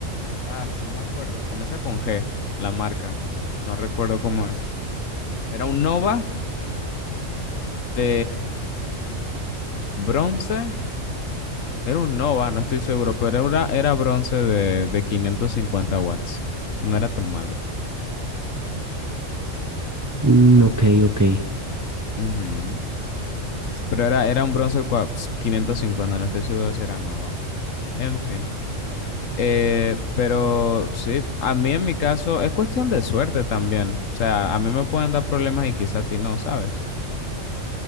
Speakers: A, on the left; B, on the right.
A: ah, no me acuerdo, comienza con G, la marca, no recuerdo cómo es. Era un Nova de bronce Era un Nova, no estoy seguro, pero era, una- era bronce de, de 550 watts. No era tan malo.
B: Mm, ok, ok.
A: Ujú. Pero era, era un bronce cua- pues, quinientos cincuenta no estoy seguro si era Nova. En fin. Eh, pero sí, a mí en mi caso es cuestión de suerte también. O sea, a mí me pueden dar problemas y quizá a ti no, ¿sabes?